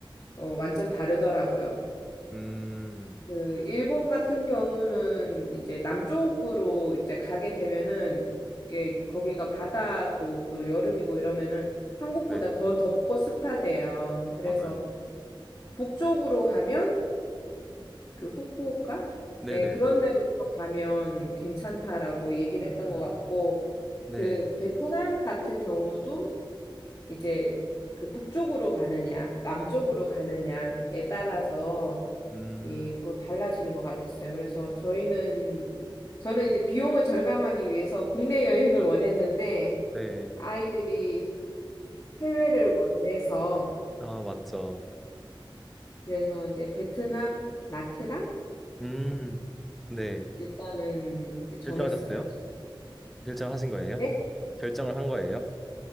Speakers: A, on the left; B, in the centre.
A: 어, 완전 다르더라고요.
B: 음,
A: 그 일본 같은 경우는 이제 남쪽으로 이제 가게 되면은 이게 거기가 바다고 또 여름이고 이러면은 한국보다
B: 네,
A: 더 덥고 습하대요. 그래서
B: 맞아요.
A: 북쪽으로 가면 그 후쿠오카?
B: 네네.
A: 네, 그런 데로 가면 괜찮다라고 얘기를
B: 아,
A: 했던 것 같고
B: 네.
A: 그 베트남 같은 경우도 이제 그 북쪽으로 가느냐, 남쪽으로 가느냐에 따라서
B: 음,
A: 이 또 달라지는 것 같았어요. 그래서 저희는 저는 이제 비용을 절감하기 위해서 국내 여행을 원했는데
B: 네.
A: 아이들이 해외를 원해서
B: 아, 맞죠.
A: 그래서 이제 베트남 나트랑으로
B: 음, 네.
A: 일단은 이제 정했어요.
B: 결정하셨어요? 결정하신 거예요?
A: 네?
B: 결정을 한 거예요?